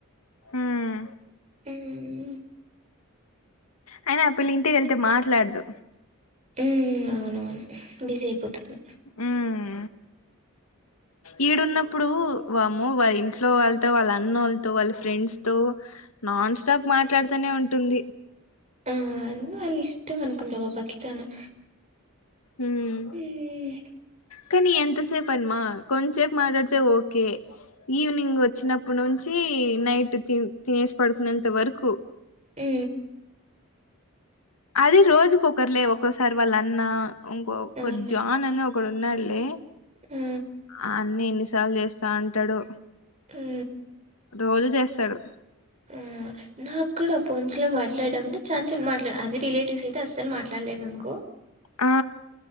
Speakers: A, on the left; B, on the right.
A: ఉమ్
B: ఉహు
A: అయినా ఆ పిల్ల ఇంటికి వెళ్తే మాట్లాడదు
B: ఉ అవునవును బిజీ అయిపోతుంది
A: ఉమ్ ఈడున్నప్పుడు వామ్మో వాళ్ళ ఇంట్లో వాళ్ళతో వాళ్ళ అన్నోళ్ళతో వాళ్ళ ఫ్రెండ్స్ తో నాన్ స్టాప్ మాట్లాడుతూనే ఉంటుంది
B: ఆ అన్నయ్య బళ ఇష్టం అనుకుంట ఆ పాప కి చానా
A: ఉమ్
B: హ్మ్.
A: కానీ ఎంత సేపు పని మా కొంచేపు మాట్లాడితే ఓకే ఈవినింగ్ వచ్చినప్పుడు నుంచి నైట్ తి తినేసి పడుకునెంత వరకు
B: ఊ
A: అద రోజుకొకరులే ఒక్కొసారి వాళ్ళ అన్న ఇంకొక
B: అవును.
A: జాన్ అని ఒక ఒక్కడు ఉన్నాళ్లే
B: ఆ!
A: ఆ అన్న ఎన్నిసార్లు చేస్తా అంటాడు
B: ఊ
A: రోజు చేస్తాడు
B: ఊ నాక్కూడా ఫోన్స్ లో మాట్లాడడం అంటే చానా సేపూ మాట్లాడ అదే రిలేటివ్స్ అయితే అస్సలు మాట్లాడలేనునుకో
A: ఆ